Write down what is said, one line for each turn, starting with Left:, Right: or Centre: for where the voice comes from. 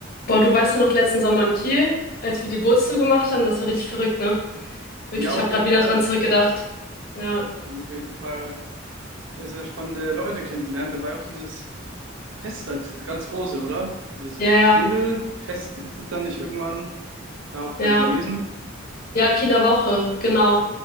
Left: Boah, du weißt noch letzten Sommer in Kiel, als wir die Bootstour gemacht haben, das war richtig verrückt, ne?
Right: Ja,
Left: Wirklich,
Right: auf
Left: ich habe gerade
Right: jeden
Left: wieder
Right: Fall.
Left: dran zurückgedacht. Ja,
Right: Da haben wir auf jeden Fall sehr, sehr spannende Leute kennengelernt. Da war ja auch dieses Fest da, dieses ganz große, oder? Dieses
Left: ja, ja,
Right: Segelfest ist es dann nicht irgendwann da auch
Left: ja,
Right: äh, gewesen?
Left: ja, Kieler Woche, genau.